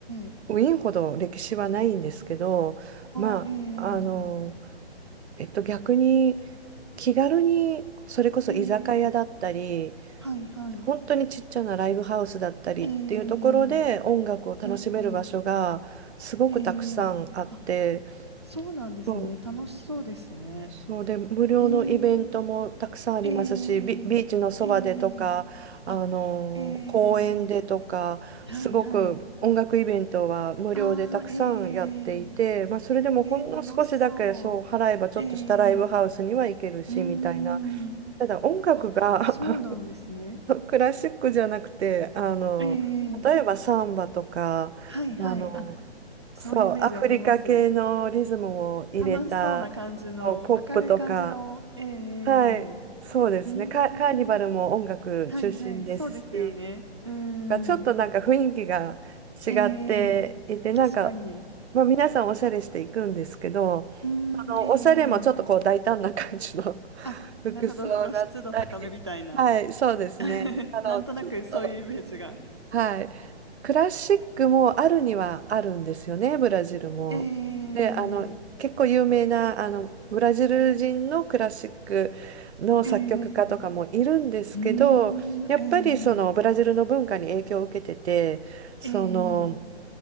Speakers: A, on the right; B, on the right.
A: えええ
B: ウィーンほど歴史はないんですけど、まあ、
A: ああ、え
B: あの、
A: え
B: えっと、逆に気軽にそれこそ居酒屋だったり、
A: ええええはいはい。
B: 本当にちっちゃなライブハウスだったりっていうところで音楽を楽しめる場所がすごくたくさんあって、
A: ええええええあ、そうなんですね。
B: も
A: 楽しそうですね。
B: そうで、無料のイベントもたくさんありますし、
A: ええええええあ、
B: ビ、ビーチのそばでとか、あのー公園でとか、
A: ええはいはい。
B: すごく音楽イベントは無料でたくさんやっていて、
A: ああ、ええ
B: まあ、それでもほんの少しだけそう払えばちょっとしたライブハウスには行けるしみたいな。
A: ええ楽しそう。ええうーん。
B: ただ音楽が
A: あ、そうなんですね。
B: <laughs> クラシックじゃなくて、あの例えばサンバとか、
A: ええはいはい。
B: あの
A: そういうイメージあります。
B: そう、アフリカ系のリズムを入れた、
A: 楽しそうな感じの、
B: ポップとか。
A: 明るい感じの、ええええ
B: はい、
A: ええ
B: そうですね。
A: うーん、
B: カー、カーニバルも音楽中心ですし、
A: はいはい、そうですよね。うー
B: がちょっとなんか雰囲気が違っていて、
A: ん、ええ
B: なんか、
A: 確かに。
B: まあ、皆さんおしゃれしていくんですけど、
A: うーん、
B: そのおしゃれもちょっとこう大胆な感じの
A: ええええあ、
B: <laughs> 服装だったり、
A: なるほど、露出度高めみたいな。
B: はい、そうですね。
A: <laughs>
B: あの、
A: なんとなくそういうイメージが。
B: ちょっとはい。クラシックもあるにはあるんですよね、ブラジルも。
A: ええ
B: で、あの、結構有名な、あの、ブラジル人のクラシックの作曲家とかもいるんですけど、
A: ええうーん、
B: やっぱりそのブラジルの文化に影響を受けてて、
A: え
B: その、
A: えええ